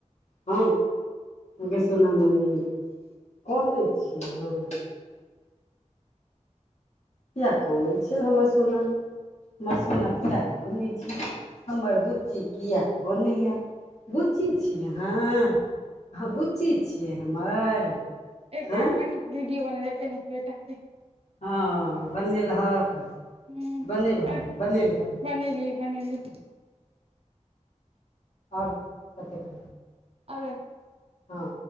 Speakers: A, on the left; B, on the right.
A: ह गै सोनामनि कनई छियै अहाँ किए कनै छै हमर सोना हमर सोना किए कनै छै हमर बुच्ची किए कनै या बुच्ची छी अहाँ ह ह बुच्ची छियै हमर
B: एकटा
A: हँ
B: आय बर निक वीडियो ओने र बेटा के
A: हँ बनेलहक
B: हूँ
A: बनेब
B: अइ
A: बनेलहक
B: बनेलियै बनेलियै
A: आओर कतेक
B: अल <unintelligible>
A: हँ